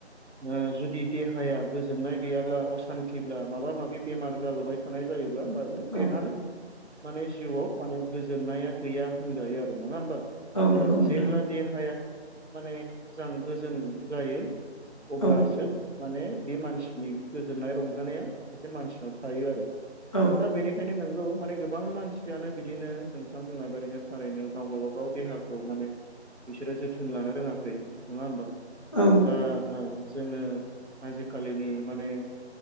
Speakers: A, on the right (about 80°); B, on the left (about 30°).
A: ओ जुदि देहायाबो ज जेनाय गैयाब्ला असान्थिब्ला माबा माबि बेमार जालुबाय थानाय जायोब ब्ला <unintelligible> बेहानो
B: औ
A: माने जिउआव माने गोजोनाया गैया होनजायो आरो नङा होनबा
B: नंगौ
A: औ
B: नोंथां।
A: जेब्ला देहा <unintelligible> या माने मोजां गोजोन जायो अब्लासो
B: औ
A: माने बे मानसिनि गोजोननाय रंजानाया सासे मानसिनाव थायो आरो।
B: औ
A: दा बेनिखायनो नों थांखौ माने गोबां मानसियानो बिदिनो नोंथां बुंनाय बायदिनो थारैनो गाव गाव <unintelligible> गाव देहाखौ माने बिसोरो जोथोन लानो रोङाखै नङा होमबा?
B: औ
A: दा ओ जोङो आजिखालिनि माने